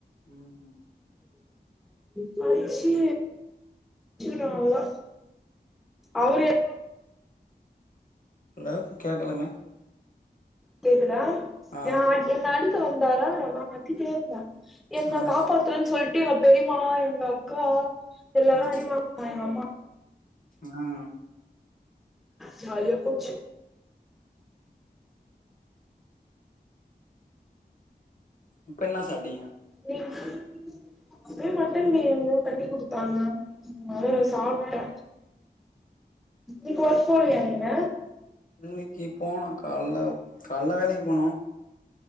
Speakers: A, on the left; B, in the centre.
A: ம் ம்.
B: கடிச்சி ச்சிக்கிட்டோ நல்லா அவுரு எ
A: ஹலோ கேக்கலங்
B: கேக்குதா
A: ஆ
B: நா என் ன அடிக்க வந்தாரா நா கத்திட்டே இருந்த என்ன
A: ஆ
B: காப்பாத்துறன் சொல்ட்டு எங்க பெரிம்மா எங்க அக்கா எல்லா எல்லாரு
A: ம்
B: அடி வாங் அ எங்கம்மா
A: ஆ
B: ஜாலியா போச்சு
A: இப்ப என்னா சாப்டீங்க
B: <unintelligible> அதே மட்டன் பிரியாணிதா கட்டி குடுத்தாங்க அது
A: ம்
B: சாப்ட்டே இப்ப ஒர்க் போலயா நீங்க
A: இன்னக்கி போனு காலேல காலேல வேலக்கி போனோ